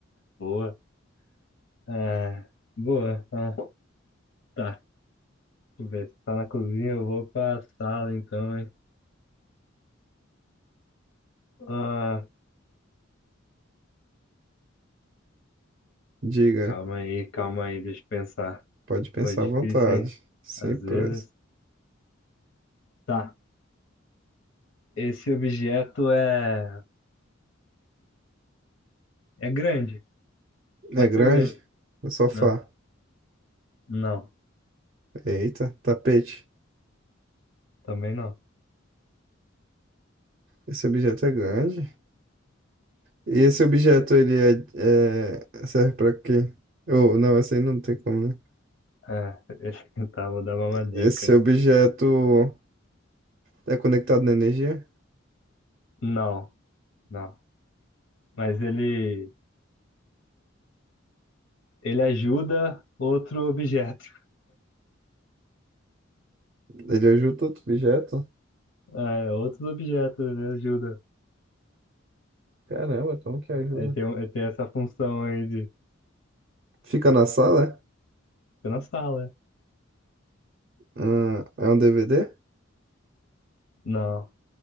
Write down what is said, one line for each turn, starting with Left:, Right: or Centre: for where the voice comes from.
Left: Boa. É, boa. Ah, tá, deixa eu ver. Você tá na cozinha, eu vou pra sala então, hein? Ah,
Right: Diga,
Left: calma aí, calma aí, deixa eu pensar.
Right: pode pensar
Left: Foi difícil,
Right: à vontade.
Left: hein?
Right: Sem
Left: Às
Right: pressa.
Left: vezes. Tá, esse objeto é, é grande,
Right: É
Left: pode
Right: grande?
Left: ser grande,
Right: O sofá.
Left: né? Não,
Right: Eita, tapete.
Left: também não.
Right: Esse objeto é grande. E esse objeto, ele é, é- serve pra quê? Oh, não, esse aí não tem como, né?
Left: É, <laughs> tá, vou dar uma dica.
Right: Esse objeto é conectado na energia?
Left: Não, não. Mas ele, ele ajuda outro objeto.
Right: Ele ajuda outro objeto?
Left: É, outros objetos ele ajuda.
Right: Caramba, como que ajuda?
Left: Ele tem, ele tem essa função aí
Right: Fica na sala?
Left: Fica na sala.
Right: É? Ah, é um DVD?
Left: Não,